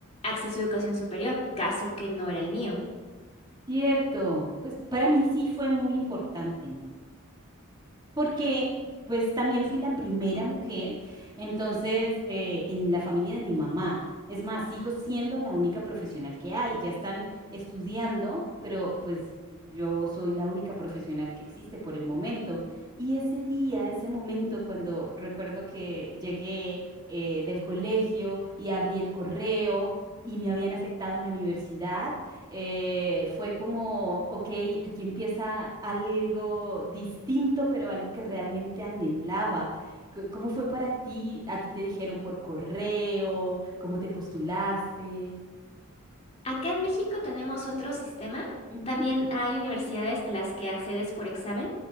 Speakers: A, on the left (about 30°); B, on the right (about 20°).
A: acceso a educación superior, caso que no era el mío.
B: Cierto, pues para mí sí fue muy importante, porque pues también fui la primera mujer, entonces eh, en la familia de mi mamá. Es más, sigo siendo la única profesional que hay, ya están estudiando, pero pues yo soy la única profesional que existe por el momento. Y ese día, ese momento, cuando recuerdo que llegué eh, del colegio y abrí el correo y me habían aceptado en la universidad. eh, fue como, ok, aquí empieza algo distinto, pero algo que realmente anhelaba. C- ¿Cómo fue para ti? ¿A ti te dijeron por correo? ¿Cómo te postulaste?
A: Acá en México tenemos otro sistema.
B: Ujú,
A: También hay universidades a las que accedes por examen.